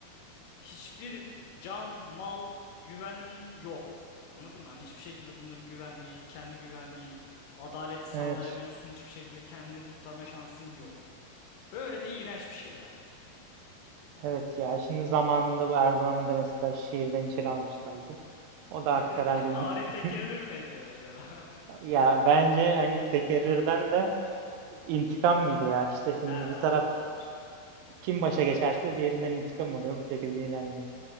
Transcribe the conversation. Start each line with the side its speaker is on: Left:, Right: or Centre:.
Left: hiçbir can, mal, güvenliğin yok. Anladın mı? Hani hiçbir şekilde bunların güvenliği, kendi güvenliğin, adaleti sağlayamıyorsun.
Right: Evet.
Left: Hiçbir şekilde kendini kurtarma şansın yok. Böyle de iğrenç bir şey ya.
Right: Evet ya şimdi zamanında bu Erdoğan'ı da mesela şiirden içeri almışlardı. O da artık
Left: <laughs>
Right: herhalde in-
Left: Tarih tekerrür
Right: <laughs>
Left: mü ediyor acaba? <laughs>
Right: ya bence hani tekerrürden de intikam gibi ya işte şimdi
Left: He,
Right: bir taraf
Left: o da olabilir.
Right: kim başa geçerse diğerinden intikam alıyor bu şekilde ilerliyor.